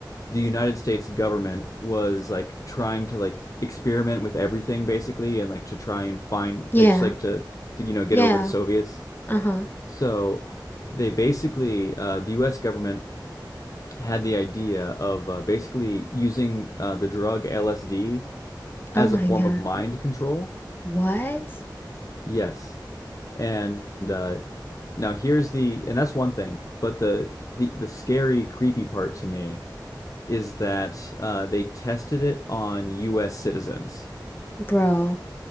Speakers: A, on the left (about 45°); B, on the left (about 25°).
A: the United States government was like trying to like experiment with everything basically and like to try and find
B: Yeah.
A: like just like to to you know get
B: Yeah.
A: over the Soviets.
B: Uh huh.
A: So they basically uh, the U.S. government had the idea of uh, basically using uh, the drug LSD
B: Oh
A: as
B: my
A: a form
B: god.
A: of mind control.
B: What?
A: Yes, and uh, now here's the and that's one thing, but the the the scary creepy part to me is that uh, they tested it on U.S. citizens
B: Bro.